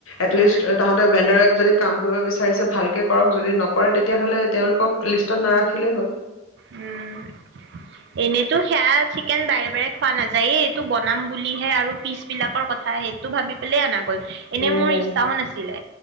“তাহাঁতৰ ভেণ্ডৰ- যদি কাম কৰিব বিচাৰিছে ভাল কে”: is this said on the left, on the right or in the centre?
Left